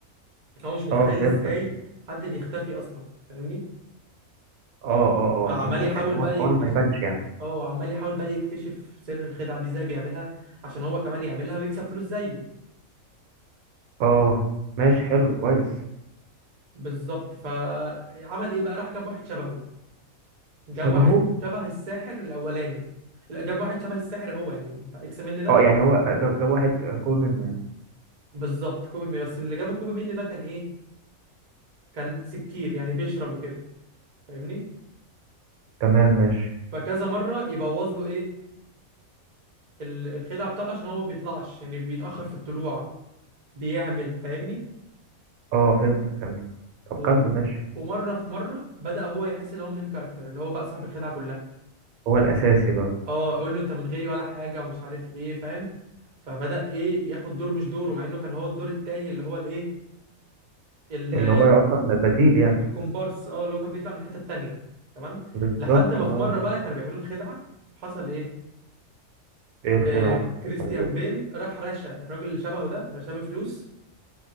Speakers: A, on the right; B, on the right.
A: هو مش متخيل
B: اه فهمتك
A: ازاي حد بيختفي اصلا فاهمني
B: اه اه
A: فعمال
B: اه فهمتك
A: يحاول
B: يعني هو
A: بقى
B: الحوار
A: يكتشف
B: ما يبانش يعني
A: اه عمال يحاول بقى يكتشف سر الخدعه دي ازاي بيعملها عشان هو كمان يعملها ويكسب فلوس زيه
B: اه ماشي حلو كويس
A: بالظبط فعمل ايه بقى راح جاب واحد شبهه جاب
B: شبهه
A: واحد شبه الساحر الاولاني لا جاب واحد شبه الساحر هو يعني بتاع اكس من ده
B: اه يعني هو جاب جاب واحد قوي منه يعني
A: بالظبط كوبي مين بس اللي جابه كوبي مين ده كان ايه كان سكير يعني بيشرب وكده فاهمني
B: تمام ماشي
A: فكذا مره يبوظ له ايه ال- الخدعه بتاعته عشان هو ما بيطلعش يعني بيتاخر في الطلوع بيعمل فاهمني
B: اه فهمتك فهمتك طب
A: و...
B: كمل ماشي
A: ومره في مره بدا هو يحس ان هو من كاركتر اللي هو بقى صاحب الخدعه كلها
B: هو الأساسي بقى
A: اه اقول له انت من غيري ولا حاجه ومش عارف ايه فاهم فبدأ ايه ياخد دور مش دوره مع انه كان هو الدور التاني اللي هو الايه ال-
B: اللي هو أصلا بديل يعني
A: الكومبارس اه اللي هو كان بيطلع من الحته التانيه تمام
B: بالظبط
A: لحد ما
B: اه
A: في مره بقى كانوا بيعملوا خدعه حصل ايه
B: ايه الخدعة
A: آه
B: اللي
A: كريستيان
B: حصلت
A: بيل راح رشا الراجل اللي شبهه ده اللي شبه فلوس